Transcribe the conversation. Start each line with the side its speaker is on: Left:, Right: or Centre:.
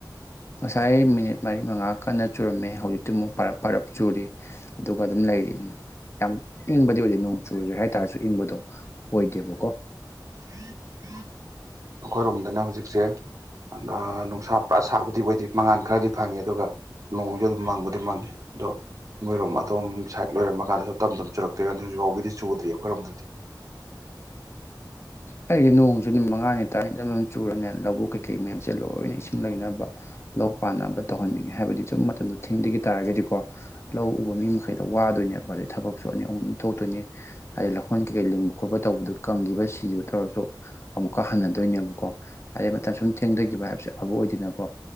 Left: ꯉꯁꯥꯏ ꯃꯤꯅꯤꯠ ꯃꯔꯤ ꯃꯉꯥ ꯀꯟꯅ ꯆꯨꯔꯝꯃꯦ ꯍꯧꯖꯤꯛꯇꯤ ꯑꯃꯨꯛ ꯄꯔꯞ ꯄꯔꯞ ꯆꯨꯔꯤ ꯑꯗꯨꯒ ꯑꯗꯨꯝ ꯂꯩꯔꯤꯅꯤ ꯌꯥꯝ ꯏꯪꯕꯗꯤ ꯑꯣꯏꯗꯦ ꯅꯣꯡ ꯆꯨꯨꯔꯦ ꯍꯥꯏꯇꯥꯥꯔꯁꯨ ꯏꯪꯕꯗꯣ ꯑꯣꯏꯗꯦꯕꯀꯣ
Right: <inaudible> ꯑꯩꯈꯣꯏꯔꯣꯝꯗꯅ ꯍꯧꯖꯤꯛꯁꯦ ꯑꯗ ꯅꯨꯡꯁꯥ ꯄꯨꯔꯥ ꯁꯥꯕꯗꯤ ꯑꯣꯏꯗꯤ ꯃꯉꯥꯟ ꯈꯔꯗꯤ ꯐꯪꯉꯦ ꯑꯗꯨꯒ ꯅꯣꯡꯁꯨ ꯑꯗꯨꯝ ꯃꯥꯡꯕꯗꯤ ꯃꯥꯡꯉꯦ ꯑꯗꯣ ꯃꯣꯏꯔꯣꯝ ꯑꯊꯣꯝ ꯁꯥꯏꯠ ꯂꯣꯏꯔꯝꯃ ꯀꯥꯟꯗ ꯁ ꯇꯝ ꯇꯝ ꯆꯨꯔꯛꯇꯣꯏꯔꯅꯤ ꯍꯧꯖꯤꯛꯐꯥꯎꯕꯒꯤꯗꯤ ꯆꯨꯗ꯭ꯔꯤ ꯑꯩꯈꯣꯏꯔꯣꯝꯗꯗꯤ <inaudible>
Left: ꯑꯩꯗꯤ ꯅꯣꯡꯁꯨ ꯅꯨꯃꯤꯠ ꯃꯉꯥꯅꯤ ꯇꯔꯥꯅꯤ ꯆꯝꯅꯝ ꯆꯨꯔꯅꯦ ꯂꯧꯕꯨ ꯀꯩꯀꯩ ꯃꯌꯥꯝꯁꯦ ꯂꯣꯏꯅ ꯏꯁꯤꯡ ꯂꯩꯅꯕ ꯊ ꯄꯥꯟꯅꯕ ꯇꯧꯍꯟꯅꯤꯡꯉꯦ ꯍꯥꯏꯕꯗꯤ ꯆꯨꯝ ꯃꯇꯝꯗꯣ ꯊꯦꯡꯗꯈꯤ ꯇꯥꯔꯒꯗꯤꯀꯣ ꯂꯧ ꯎꯕ ꯃꯤ ꯃꯈꯩꯗ ꯋꯥꯗꯣꯏꯅꯦꯕ ꯑꯗꯩ ꯊꯕꯛꯁꯨ ꯑꯅꯤ ꯑꯍꯨꯝ ꯊꯣꯛꯇꯣꯏꯅꯤ ꯍꯥꯏꯗꯤ ꯂꯧꯈꯣꯟ ꯀꯩꯀꯩ ꯂꯤꯡꯕ ꯈꯣꯠꯄ ꯇꯧꯕꯗꯨ ꯀꯪꯈꯤꯕ ꯁꯤ ꯁꯤꯈꯤꯕ ꯇꯧꯔꯁꯨ ꯑꯃꯨꯛꯀ ꯍꯟꯅꯗꯣꯏꯅꯦꯕꯀꯣ ꯑꯗꯩ ꯃꯇꯝ ꯁꯨꯝ ꯊꯦꯡꯊꯈꯤꯕ ꯍꯥꯏꯕꯁꯦ ꯑꯐꯕ ꯑꯣꯏꯗꯅꯀꯣ